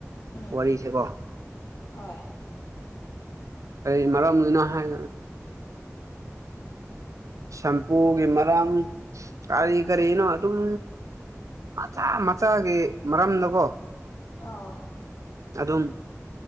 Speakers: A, on the left; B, on the right.
A: ꯎꯝ
B: ꯋꯥꯔꯤꯁꯦꯀꯣ
A: ꯍꯣꯏ
B: ꯀ ꯃꯔꯝꯗꯨꯅ ꯍꯥꯏ ꯁꯝꯄꯨꯒꯤ ꯃꯔꯝ ꯀꯔꯤ ꯀꯔꯤꯅꯣ ꯑꯗꯨꯝ ꯃꯆꯥ ꯃꯆꯥꯒꯤ ꯃꯔꯝꯗꯀꯣ
A: ꯑꯥꯎ
B: ꯑꯗꯨꯝ